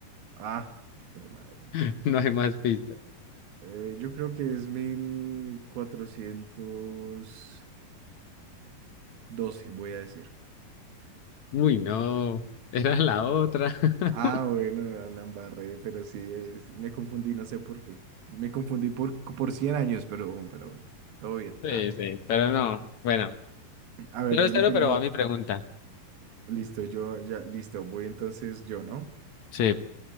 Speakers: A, on the right (about 90°); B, on the left (about 65°).
A: Ah, jue madre.
B: <laughs> No hay más pistas.
A: Eh, yo creo que es mil cuatrocientos doce, voy a decir.
B: Uy, no, era la otra. <laughs>
A: Ah, bueno, la, la embarré, pero sí, es- me confundí, no sé por qué. Me confundí por, por 100 años, pero, pero bueno, todo bien.
B: Sí,
A: Ah,
B: sí, pero no. Bueno,
A: a ver,
B: cero,
A: yo le
B: cero,
A: tengo,
B: pero va mi pregunta.
A: listo, yo ya, listo, voy entonces yo, ¿no?
B: Sí,